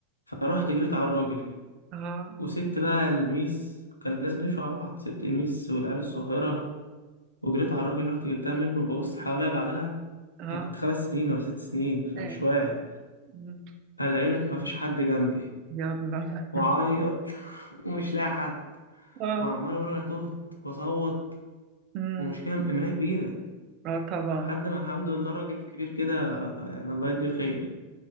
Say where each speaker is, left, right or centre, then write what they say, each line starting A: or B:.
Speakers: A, on the left (about 85°); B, on the right (about 40°).
A: فرحت جريت على الراجل
B: اه
A: وسبت بقى الميس كان لازم نمشي مع بعض سبت الميس والعيال الصغيرة وجريت على الراجل رحت جبتها منه وببص حواليها بعدها
B: اه
A: أنا كنت خمس سنين ولا ست سنين فمش
B: آه.
A: واعي
B: مم.
A: فلقيلك مفيش حد جنبي
B: يلا
A: وعيط <laughs> ومش لاقي حد
B: اه
A: وعمال اقول انا تهت واصوت
B: مم.
A: ومش كام املاء كبيره
B: اه طبعا
A: لحد ما الحمد لله راجل كبير كده يعني الله يديه الخير